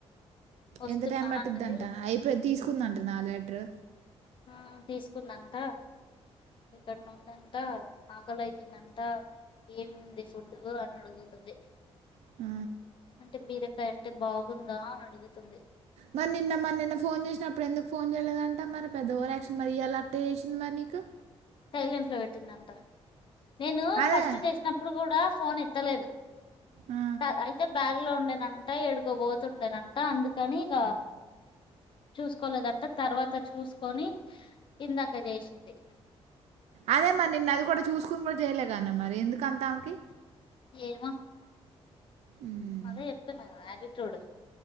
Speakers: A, on the left; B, on the right.
A: వస్తున్నా
B: ఎంత టైం పట్టిందట్ట
A: అన్నది
B: అయిపోయి తీసుకు చూసుకుందంట ఆ లెటరు.
A: ఆ తీసుకుందంట ఎక్కడోనో ఉందంట. ఆకలి అయితుందంతా, ఏముంది ఫుడ్ అని అడుగుతుంది.
B: ఆ
A: అంటే బీరక అంటే బాగుందా అని అడుగుతుంది.
B: మరి నిన్న మరి నిన్న ఫోన్ చేసినప్పుడు ఎందుకు ఫోన్ చేయలేదంట. మరి పెద్ద ఓ యాక్షన్ మరి ఇ యాల చేసింది. మరి అ ట్లా చేసింది నీక్. కు
A: సైలెంట్ లో పెట్టిందంట, నేను
B: అదే
A: ఫస్ట్ చేసినప్పుడు కూడా ఫోన్ ఎ. త్తలేదు,
B: ఆ.
A: లేదు అయితే బ. బ్యాగ్ లో లో ఉండేనంత ఏడుకోబోతుండేనంత. అందుకని ఇగా. చూసుకోలేదంట. తర్వాత చూసుకొని ఇందాక చేసింది.
B: అదే మరి నిన్ను అది కూడా చూసుకుని. కూడా చేయలేగానే. మరి ఎందుకు అంతా ఆమెకి.
A: ఏమో.
B: ఉమ్,
A: అదే చెప్తున్నా కదా ఆటిట్యూడ్.